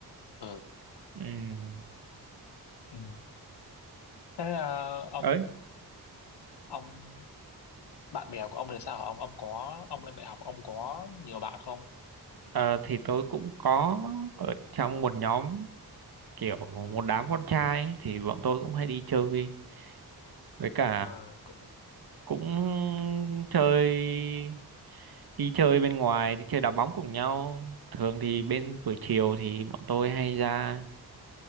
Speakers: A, on the left; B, on the right.
A: ừ.
B: ừ
A: ừ. thế à, ông
B: đấy
A: ông bạn bè của ông thì sao hả? ông ông có ông lên đại học ông có nhiều bạn không
B: Ờ, thì tôi cũng có ở trong một nhóm kiểu một đám con trai ấy, thì bọn tôi cũng hay đi chơi với cả
A: ờ cũng
B: cũng chơi đi chơi bên ngoài đi chơi đá bóng cùng nhau thường thì bên buổi chiều thì bọn tôi hay ra